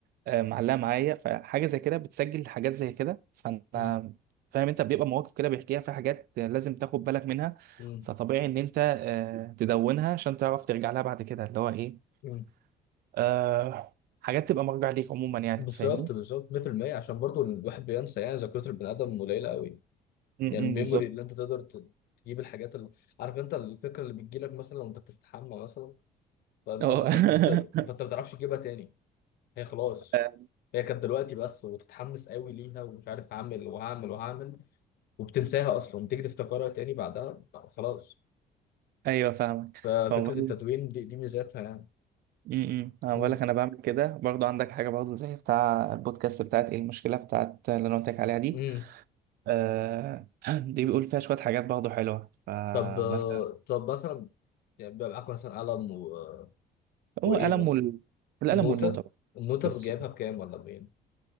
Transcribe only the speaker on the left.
مم.
مم.
مم.
بالظبط
بالظبط 100% عشان برضو الواحد بينسى يعني ذاكرة البني آدم قليلة قوي
يعني الميموري
اللي انت تقدر ت- تجيب الحاجات اللي عارف انت الفكرة اللي بتجيلك مثلا وانت بتستحمى مثلا فانت
ما ت-
ما ت- فانت ما تعرفش تجيبها تاني هي خلاص
هي كانت دلوقتي بس وتتحمس قوي ليها ومش عارف هعمل وهعمل وهعمل وبتنساها اصلا تيجي تفتكرها تاني بعدها خلاص
ففكرة
التدوين دي, دي ميزاتها يعني
مم.
مم.
طب آه، طب مثلا يعني بيبقى معاك مثلا قلم و... وإيه
مثلا
النوتة
النوتة
جايبها
بكام ولا بمين؟